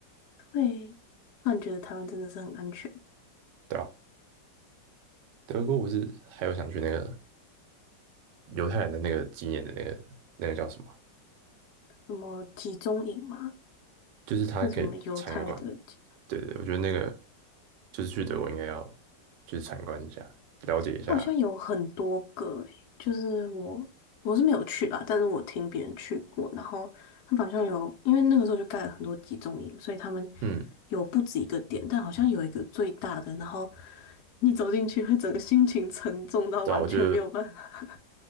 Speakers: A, on the left; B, on the right.
A: 对，那你觉得台湾真的是很安全？
B: 对啊。德国我是还有想去那个犹太人的那个纪念的那个那个叫什么，
A: 什么集中营嘛？
B: 就是他可以参观，
A: 那什么犹太的集，
B: 对对，我觉得那个就是去德国应该要去参观一下，了解一下。
A: 它好像有很多个诶，就是我我是没有去啦，但是我听别人去过，然后他们好像有，因为那个时候就盖了很多集中营，所以他们
B: 嗯，
A: 有不止一个点，但好像有一个最大的，然后你走进去会整个心情沉重到完全没有办法。
B: 对啊，我就。